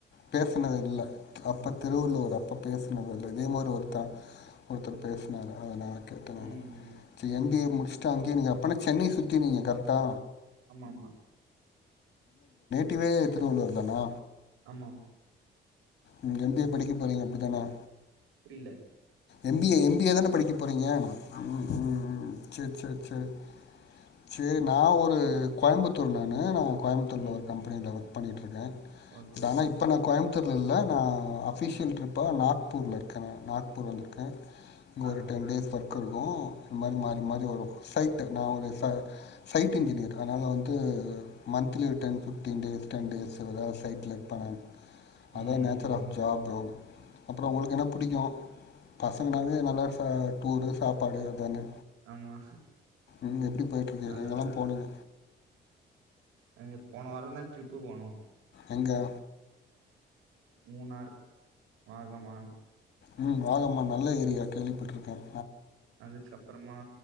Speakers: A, on the left (about 60°); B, on the right (about 85°).
A: பேசனது இல்ல அப்ப
B: ஆமா
A: திருவள்ளூரா. இப்ப பேசனதல்ல இதே மாரி ஒருத்தா ஒருத்தர் பேசுனாரு அதனால. கேட்டானா
B: ம்
A: எம். பி. ஏ முடிச். ஃபர்ஸ்ட் அங்கயே நீங்க அப். அப்பனா சென்னை சுத்தி நீங்க கரெக்டா.
B: ஆம்மாமா.
A: டுவே திருவள்ளூர் தானா.
B: ஆமாம்.
A: இங்கிருந்தே படிக்க போறீங்க அப்டித்தான.
B: புரியல.
A: M B A, M B A தான படிக்க போறீங்க ஆமா உஹம். செரி செரி செரி சேரி நா ஒரு கோயம்புத்தூர் நானு நா. கோயம்த்தூர்ல
B: ம்
A: ஒரு கம்பனியில. பண்ணிகிட்டுருக்கேன்
B: ஓகே
A: ஆனா இப்ப நான் கோயம்பத் துர் இல்ல நா அபிஷியல் ட்ரிப்பா நாக்பூர்ல இருக்கு கேன நாக் பூர் வந்திருக்கேன் இங்க
B: ஆ ஆ
A: ஒரு டென் டேஸ் ஒர்க் இருக்கும் இந்த மாறி மாறி மாறி வரும் சைட் நான் ஒரு சைட் இன்ஜினியர் அதனால வந்து மன்த்லி ஒரு ten fifteen days ten days ஏதாவது ஒரு சைட்ல இருப்பேன் நானு அதான்
B: ம் ம்
A: நேச்சர்
B: ம்.
A: ஆப் ஜாப் அப்புறம் உங்களுக்கு என்ன புடிக்கும் பசங்கனாவே நல்லா சா டூரு சாப்பாடு அதானே
B: ஆமா
A: உம் எப்டி போயிட்டுருக்கு
B: அதுதா
A: எங்கெல்லாம் போனீங்க
B: நாங்க போன வாரம் தான் ட்ரிப் போனோம்
A: எங்க
B: மூனார் வாகமான்
A: உம் வாகமா நல்ல ஏரியா கேள்விபட்டருகேன்
B: அதுகப்புறமா